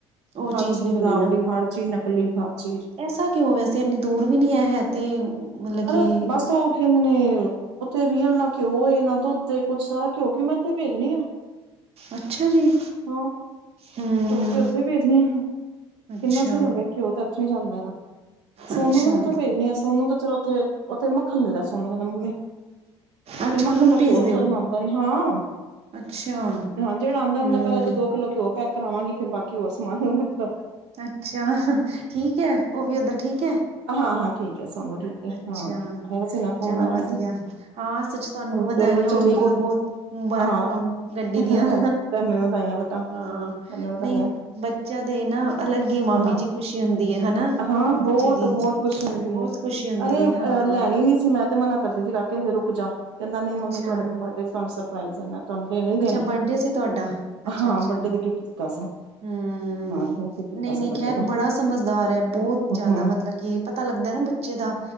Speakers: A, on the right; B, on the right.
A: ਉਹ
B: ਹਰ ਚੀਜ਼
A: ਨਹੀਂ
B: ਮਿਲਾਵਟੀ,
A: ਹੋਣੀ ਨਾ
B: ਹਰ ਚੀਜ਼ ਨਕਲੀ ਹਰ ਚੀਜ਼
A: ਐਸਾ ਕਿਉਂ? ਵੈਸੇ ਇੰਨੀ ਦੂਰ ਵੀ ਨਹੀਂ ਹੈ ਹੈ ਤੇ। ਮਤਲਬ
B: ਅਰੇ
A: ਕਿ
B: ਬਸ ਉਹ ਕਹਿੰਦੇ ਨੇ ਉੱਥੇ ਰੀਅਲ ਨਾ ਘਿਓ, ਨਾ ਦੁੱਧ ਕੁੱਛ ਸਾਰਾ ਘਿਉ ਘਿਉ ਮੈਂ ਇੱਥੇ ਭੇਜਣੀ ਆ।
A: ਅੱਛਾ ਜੀ।
B: ਹਾਂ
A: ਹਮ
B: ਘਿਓ ਘਿਉ ਉੱਥੇ ਹੀ ਭੇਜਣੀ ਆ।
A: ਅੱਛਾ
B: ਕਿੰਨਾ ਚਿਰ ਹੋ ਗਿਆ ਘਿਓ ਤਾਂ ਉੱਥੋਂ ਹੀ ਜਾਂਦਾ ਇਹਦਾ। ਸੋਨੂੰ
A: ਅੱਛਾ
B: ਨੂੰ ਵੀ ਉੱਥੋਂ ਭੇਜਣੀ ਆ। ਸੋਨੂੰ ਤਾਂ ਚਲੋ ਉੱਥੇ ਉੱਥੇ ਮੱਖਣ ਮਿਲਦਾ। ਸੋਨੂੰ ਕਹਿੰਦਾ ਮੰਮੀ
A: ਅੱਛਾ
B: ਤੇ ਮੱਖਣ
A: ਵੀ
B: ਦਾ
A: ਭੇਜ
B: ਘਿਓ ਉਹਨੂੰ
A: ਦਿਓ
B: ਕਢਨਾ ਆਉਂਦਾ ਨੀ। ਹਾਂ
A: ਅੱਛਾ
B: ਹਾਂ ਜਿਹੜਾ ਆਉਂਦਾ ਹੁੰਦਾ
A: ਹੂੰ
B: ਪਹਿਲਾਂ ਤਾਂ ਦੋ ਕਿਲੋ ਘਿਓ ਪੈਕ ਕਰਾਵਾਂਗੀ ਫਿਰ ਬਾਕੀ ਹੋਰ ਸਮਾਨ ਮਤਲਬ
A: ਅੱਛਾ, ਠੀਕ ਹੈ। ਉਹ ਵੀ ਉੱਧਰ ਠੀਕ ਹੈ?
B: ਹਾਂ-ਹਾਂ ਠੀਕ ਹੈ ਸੋਨੂੰ ਠੀਕ। ਹੈ
A: ਅੱਛਾ
B: ਹਾਂ ਆਇਆ ਸੀ ਨਾ ਫੋਨ
A: ਚਲੋ
B: ਆਇਆ
A: ਵਧੀਆ।
B: ਸੀ
A: ਹਾਂ ਸੱਚ! ਤੁਹਾਨੂੰ
B: ਹੋਰ
A: ਵੀ ਵਧਾਈਆਂ
B: ਤੇਰੇ ਬੱਚੇ
A: ਹੋਣ
B: ਠੀਕ
A: ਬਹੁਤ-ਬਹੁਤ
B: ਨੇ
A: ਮੁਬਾਰਕਾਂ
B: ਹਾਂ
A: ਹੋਣ ਗੱਡੀ
B: ਧੰਨ
A: ਦੀਆਂ।
B: ਧੰਨ ਵਧਾਈਆਂ ਬੇਟਾ
A: ਹਾਂ
B: ਧੰਨ ਵਧਾਈਆਂ
A: ਨਹੀਂ, ਬੱਚਿਆਂ ਦੇ ਨਾ ਅਲੱਗ ਹੀ ਮਾਮੀ
B: ਹਾਂ
A: ਜੀ ਖ਼ੁਸ਼ੀ ਹੁੰਦੀ ਹੈ। ਹਨਾ
B: ਹਾਂ
A: ਬੱਚੇ
B: ਬਹੁਤ
A: ਦੀ?
B: ਬਹੁਤ ਖੁਸ਼ੀ ਹੁੰਦੀ
A: ਬਹੁਤ
B: ਹੈ।
A: ਖੁਸ਼ੀ ਹੁੰਦੀ
B: ਅਰੇ ਅਹ
A: ਹੈ ਹਾਂ
B: ਲੈਣੀ ਨੀ ਸੀ। ਮੈਂ ਤੇ ਮਨਾ ਕਰਦੀ ਸੀ ਕਾਕੇ ਹਜੇ ਰੁਕ ਜਾ ਕਹਿੰਦਾ ਨਹੀਂ ਮੰਮੀ
A: ਅੱਛਾ
B: ਤੁਹਾਡੇ ਬਰਡੇ ਚ ਤੁਹਾਨੂੰ ਸਰਪ੍ਰਾਈਜ਼ ਹੈ ਨਾ। ਤੁਹਾਨੂੰ ਦੇਣਾ ਹੀ
A: ਅੱਛਾ
B: ਦੇਣਾ।
A: ਬਰਡੇ ਸੀ ਤੁਹਾਡਾ ਅੱਛਾ
B: ਹਾਂ
A: ਅੱਛਾ
B: ਬਡੇ ਦਾ ਗਿਫਟ ਦਿੱਤਾ ਸੂ
A: ਹੂੰ
B: ਹਾਂ ਗਿਫਟ ਦਿੱਤਾ
A: ਨਹੀਂ-ਨਹੀਂ,
B: ਸੀ ਬਰਡੇ
A: ਖੈਰ!
B: ਦਾ
A: ਬੜਾ ਸਮਝਦਾਰ ਹੈ ਬਹੁਤ ਜ਼ਿਆਦਾ
B: ਹਾਂ
A: ਮਤਲਬ ਕਿ ਪਤਾ ਲੱਗਦਾ ਨਾ ਬੱਚੇ ਦਾ।